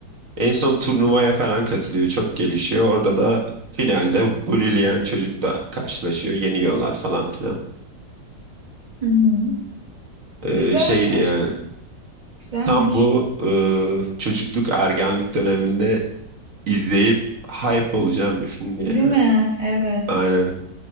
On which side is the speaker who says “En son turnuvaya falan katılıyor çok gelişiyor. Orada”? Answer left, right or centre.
Right